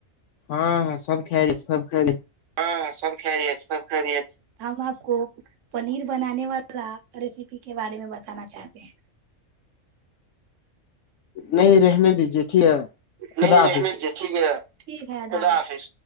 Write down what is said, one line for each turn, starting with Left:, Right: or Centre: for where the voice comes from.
Left: ہاں ہاں سب کائے ج سب کائے
Right: ہاں سب خرییت سب خرییت کام آپ کو پنیر بنانے والا ریسیپی کے بارے میں بتانا چاہتے ہیں
Left: نہیں رہنے دیجے ٹھیک ہے خدا
Right: نہیں
Left: حافظ
Right: رحمت جی ٹھیک ہے خدلہ حافظ